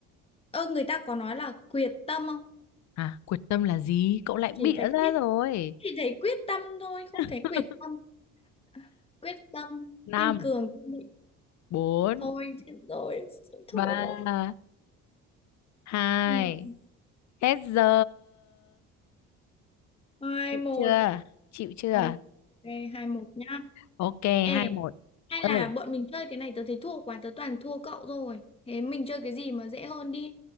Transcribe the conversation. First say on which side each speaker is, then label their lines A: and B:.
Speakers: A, on the left (about 15°); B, on the left (about 55°).
A: ơ, người ta có nói là quyệt tâm không?
B: À, quyết tâm là gì? Cậu lại bịa
A: Chỉ thấy
B: ra
A: quyết
B: rồi.
A: chỉ thấy quyết tâm thôi, không
B: <laughs>
A: thấy quyệt tâm. À, Quyết tâm
B: năm
A: kiên cường kiên định.
B: bốn
A: Thôi chết rồi, thua
B: ba
A: rồi.
B: hai
A: Ừ.
B: Hết giờ.
A: Hai
B: Chịu
A: một.
B: chưa? Chịu chưa?
A: Ok, hai một nhá.
B: Ok,
A: Ê,
B: hai một
A: Hay
B: Ơi,
A: là bọn mình chơi cái này tớ thấy thua quá tớ toàn thua cậu rồi. Thế mình chơi cái gì mà dễ hơn đi.